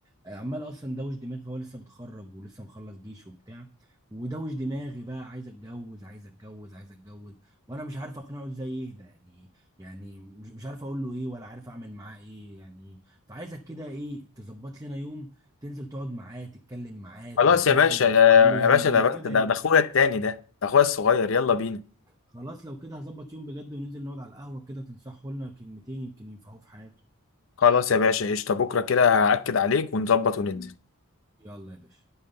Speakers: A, on the right; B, on the left.
A: آه، عمال اصلا دوش دماغي هو لسه متخرج ولسه مخلص جيش وبتاع ودوش دماغي بقى عايز اتجوز عايز اتجوز عايز اتجوز وانا مش عارف اقنعه ازاي يهدى يعني يعني مش مش عارف اقول له ايه ولا عارف اعمل معاه ايه يعني فعايزك كده ايه تظبط لنا يوم تنزل تقعد معاه تتكلم معاه تنصحه
B: خلاص يا باشا يا
A: تقول له يعمل
B: يا باشا
A: ايه
B: ده بس
A: كده
B: ده
A: يعني
B: ده اخويا التاني ده ده اخويا الصغير يلا بينا
A: خلاص لو كده هظبط يوم بجد وننزل نقعد على القهوة كده تنصحه لنا كلمتين يمكن ينفعوه في حياته
B: خلاص يا باشا قشطة بكرة كده هأكد عليك ونظبط وننزل
A: يلا يا باشا